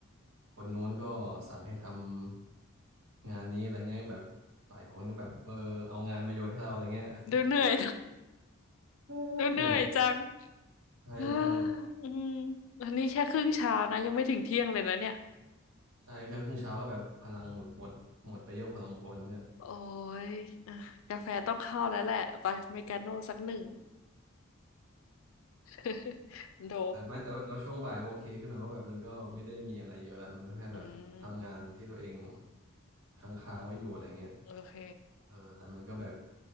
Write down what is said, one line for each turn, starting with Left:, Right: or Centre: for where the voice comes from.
Right: คนนู้นก็สั่งให้ทำงานนี้อะไรเงี้ยแบบหลายคนก็แบบเออเอางานมาโยนให้เราอะไรเงี้ย <laughs>
Left: ดูเหนื่อย
Right: เออเหนื่อย
Left: <laughs> ดูเหนื่อยจัง <sighs>
Right: ใช่ใช่
Left: อ้าอืมอันนี้แค่ครึ่งเช้านะยังไม่ถึงเที่ยงเลยนะเนี่ย
Right: ใช่แค่ครึ่งเช้าก็แบบพลังแบบหมดหมดไปเยอะพอสมควรเหมือนกัน
Left: โอ้ยอ่ะกาแฟต้องเข้าแล้วแหละไปเมกาโน่สักหนึ่ง <laughs> โดบ
Right: แต่ไม่แต่ว่าแต่ว่าช่วงบ่ายโอเคขึ้นหน่อยว่าแบบมันก็ไม่ได้มีอะไรเยอะละมันก็แค่แบบทำงานที่ตัวเอง
Left: อืม
Right: ค้างๆไว้อยู่อะไรเงี้ย
Left: โอเค
Right: เออแต่มันก็แบบ